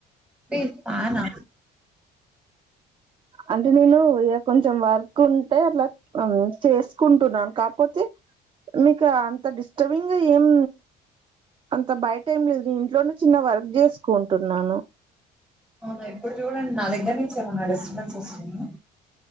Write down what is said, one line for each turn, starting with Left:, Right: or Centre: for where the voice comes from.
Centre: టీ ఫ్యానా
Right: అంటే నేను ఇగ కొంచెం వార్ కుంటే అట్లా కు అ చేసుకుంటున్నాన్ కాకపోతే మీకాన్ అంత డిస్టర్బింగ ఏం అంత బయట ఏం లేదు నేన్ ఇంట్లోనే చిన్న వర్క్ చే స్కుంటున్నాను.
Centre: అవునా ఇప్పుడు చూడండి నా దగ్గర్ నుంచి ఎమ్మన డిస్టర్బెన్స్ వస్తుంద.